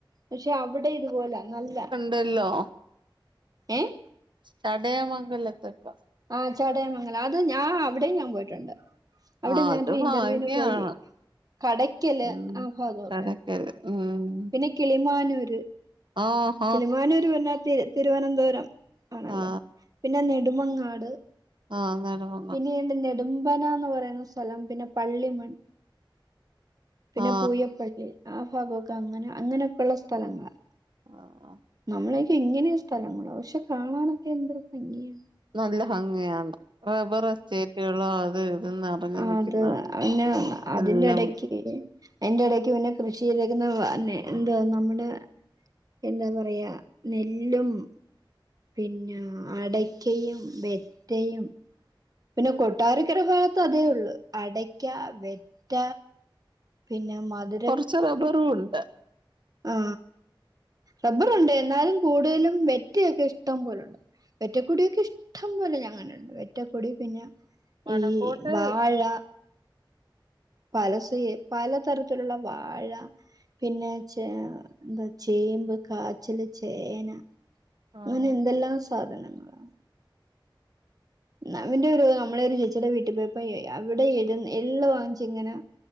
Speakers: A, on the right; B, on the right.
A: പക്ഷെ അവിടെ ഇതുപോലാ നല്ല
B: ടല്ലോ
A: ഏഹ്
B: ചടയമംഗലത്തക്ക
A: ആഹ് ചടയമംഗലം അത് ഞാൻ അവിടേം ഞാൻ പോയിട്ടുണ്ട് അവിടെ
B: ആ
A: ഞാനൊരു
B: അത്
A: ഇന്റർവ്യൂവിന്
B: ഭാഗ്യാണ്
A: പോയി കടക്കല്
B: ഉം
A: ആ ഭാഗോക്കെ
B: <unintelligible> ഉം
A: പിന്നെ കിളിമാനൂര്
B: ആഹ്
A: കിളിമാനൂര് പിന്ന തിരു തിരുവനന്തപുരം ആണല്ലോ
B: ആ
A: പിന്ന നെടുമങ്ങാട്
B: ആഹ് നെടുമ
A: പിന്നേണ്ട്‌ നെടുമ്പനാന്ന് പറയുന്ന സ്ഥലം പിന്നെ പള്ളിമൺ പിന്ന
B: ആ
A: പൂയപ്പള്ളി ആ ഭാഗോക്ക അങ്ങനെ അങ്ങനൊക്കൊള്ള സ്ഥലങ്ങളാ
B: ആ
A: നമ്മളേക്കെ ഇങ്ങനെയാ സ്ഥലങ്ങള പക്ഷെ കാണാനൊക്കെ എന്തൊരു ഭംഗിയാ
B: നല്ല ഭംഗിയാണ് റബർ എസ്റ്റേറ്റുകള് അത് ഇത് നിറഞ്ഞു
A: ആത്
B: നിൽക്കുന്ന
A: പിന്ന
B: നല്ല
A: അതിന്റെടക്ക് ത് എയിന്റെ എടക്ക് പിന്ന കൃഷി ചെയ്തക്കുന്ന അന്നേ എന്തുവാ നമ്മുട എന്താ പറയാ നെല്ലും പിന്ന അടക്കയും വെറ്റയും പിന്ന കൊട്ടാരക്കര ഭാഗത്ത് അതേ ഉള്ളു അടയ്ക്ക വെറ്റ പിന്നെ മധ്
B: കൊറച്ച് റബ്ബറു ഉണ്ട്
A: ആ റബ്ബറൊണ്ട് എന്നാലും കൂടുതലും വെറ്റയൊക്കിഷ്ടം പോലൊണ്ട് വെറ്റക്കുടിയൊക്കെ ഇഷ്ടം പോലെ ഞാൻകണ്ടിണ്ട് വെറ്റക്കൊടി പിന്നെ
B: വടക്കോട്ട്
A: ഈ വാഴ പലസെയേ പലതരത്തിലുള്ള വാഴ പിന്നെ ചേ ചേമ്പ് കാച്ചില് ചേന
B: ആഹ്
A: ഇങ്ങനെയെന്തെല്ലാം സാധനങ്ങളാ നവന്റെ ഒരു നമ്മളെരു ചേച്ചീടെ വീട്ടിപോയപ്പോ ഏ അവിടെ എരുന്നെ എളള് വാങ്ങിച്ചിങ്ങനെ